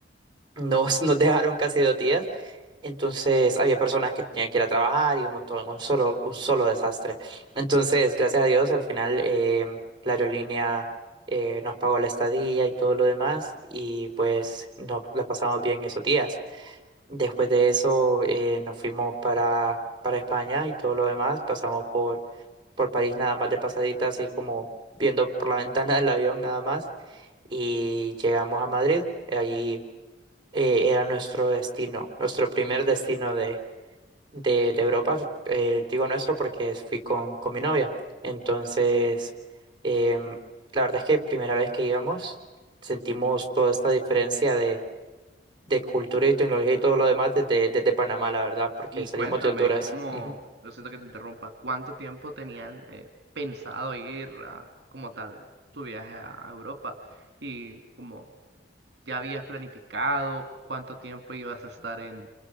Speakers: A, on the right (about 25°); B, on the right (about 60°).
A: nos, <laughs> nos dejaron casi dos días. Entonces había personas que tenían que ir a trabajar y un montón, un solo, un solo desastre. Entonces, gracias a Dios, al final eh, la aerolínea eh, nos pagó la estadía y todo lo demás y pues nos la pasamos bien esos días. Después de eso eh, nos fuimos para, para España y todo lo demás. Pasamos por, por París nada más de pasadita, así como viendo por la <laughs> ventana del avión nada más y llegamos a Madrid. Allí eh, era nuestro destino, nuestro primer destino de, de, de Europa. Eh, digo nuestro porque fui con, con mi novia. Entonces, em, la verdad es que primera vez que íbamos, sentimos toda esta diferencia de, de cultura y tecnología y todo lo demás desde, desde Panamá, la verdad, porque
B: Y
A: salimos
B: cuéntame
A: de Honduras.
B: cómo,
A: Ujú.
B: lo siento que te interrumpa, ¿cuánto tiempo tenían eh, pensado ir a, como tal tu viaje a a Europa? Y como ¿Ya habías planificado cuánto tiempo ibas a estar en,